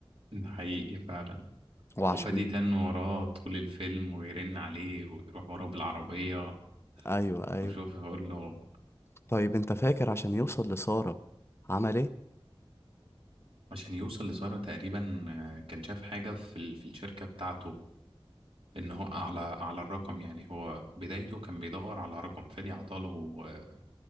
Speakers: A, on the right; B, on the left.
A: ده حقيقي فعلا
B: وعشان
A: وفادي تن وراه طول الفيلم ويرن عليه ويروح وراه بالعربية
B: أيوة أيوة
A: وشوف يقول له
B: طيب أنت فاكر عشان يوصل لسارة عمل إيه؟
A: عشان يوصل لسارة تقريبا آه، كان شاف حاجة في ال- في الشركة بتاعته ان هو على على الرقم يعني هو بدايته كان بيدور على رقم فادي عطاله آه،